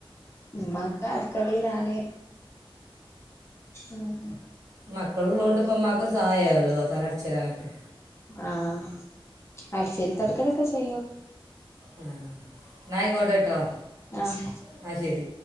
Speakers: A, on the left (about 30°); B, on the right (about 35°).
A: ഇമ്മക്ക് അടുക്കളിയിലാണ് ഉം..
B: മക്കള് ഉള്ളുതൊണ്ട് ഇപ്പംമ്മാക്കൊരു സഹായമാവല്ലോ തൊത്താനും അടച്ച് ഒരാനൊക്കെ..
A: ആഹ അടി ചോരി തൊടക്കലൊക്കെ ചെയ്യും..
B: ആ ഇന്നായിക്കോട്ടട്ടോ
A: ആഹ്
B: ന്നാ ശരി..